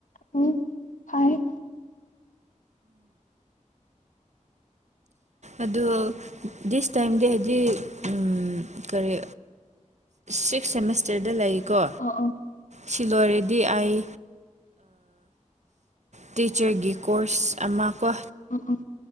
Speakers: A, on the left; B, on the right.
A: ꯑꯣ ꯐꯥꯔꯦ
B: ꯑꯗꯣ ꯗꯤꯁ ꯇꯥꯏꯝꯗꯦꯗꯤ ꯎꯝ ꯀꯔꯤ ꯁꯤꯛꯁ ꯁꯦꯃꯤꯁꯇꯔꯗ ꯂꯩꯀꯣ
A: ꯑꯣ ꯑꯣ
B: ꯁꯤ ꯂꯣꯏꯔꯗꯤ ꯑꯩ ꯇꯤꯆꯔꯒꯤ ꯀꯣꯔꯁ ꯑꯃ ꯀꯣ
A: ꯑꯣ ꯑꯣ